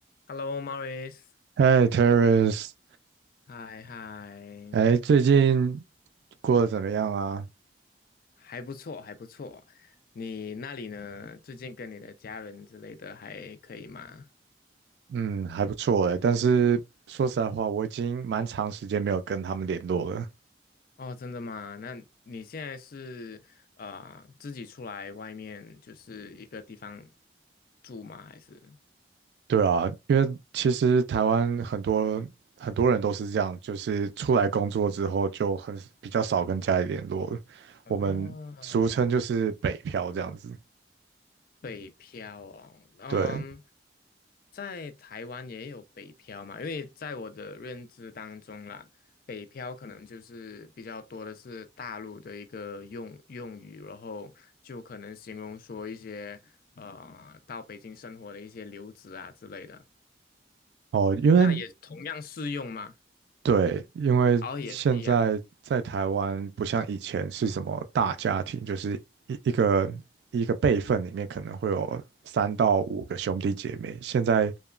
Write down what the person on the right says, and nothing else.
嗨，Terrace，
哎，最近过得怎么样啊？
嗯，还不错哎，但是说实在话，我已经蛮长时间没有跟他们联络了。
对啊，因为其实台湾很多很多人都是这样，就是出来工作之后就很比较少跟家里联络了，
我们俗称就是北漂这样子。
对，
哦，因为
对，因为现在在台湾不像以前是什么大家庭，
就是一一个一个辈分里面可能会有三到五个兄弟姐妹，现在